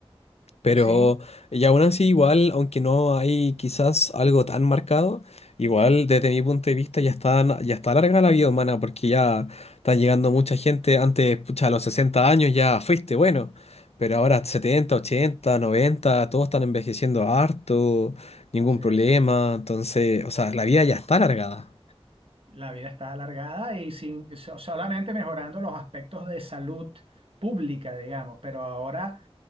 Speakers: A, on the left (about 90°); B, on the right (about 65°).
A: Pero
B: Sí,
A: y aún así, igual, aunque no hay quizás algo tan marcado, igual desde mi punto de vista ya está, ya está larga la vida humana porque ya está llegando mucha gente. Antes, pucha, a los 60 años ya fuiste bueno, pero ahora 70 80 90 todos están envejeciendo harto, ningún
B: así
A: problema.
B: es.
A: Entonces, o sea, la vida ya está alargada.
B: La vida está alargada y sin, so- solamente mejorando los aspectos de salud pública, digamos, pero ahora,